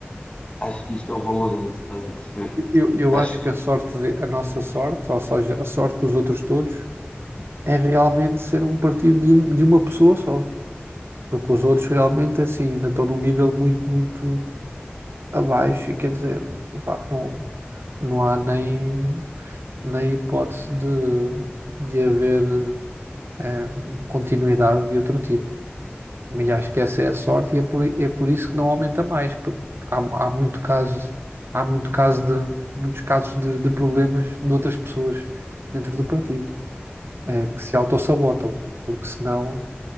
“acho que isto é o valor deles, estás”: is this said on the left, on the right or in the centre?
Left